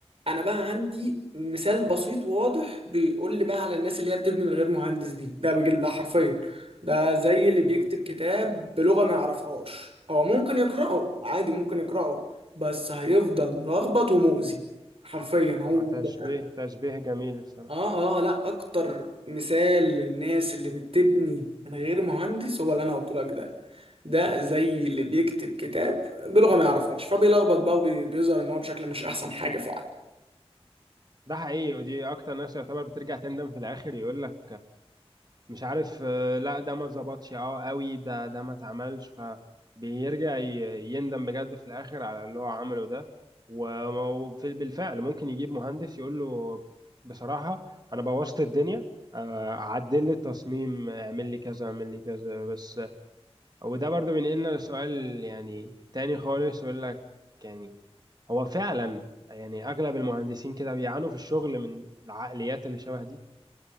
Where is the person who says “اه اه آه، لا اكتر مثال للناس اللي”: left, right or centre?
Right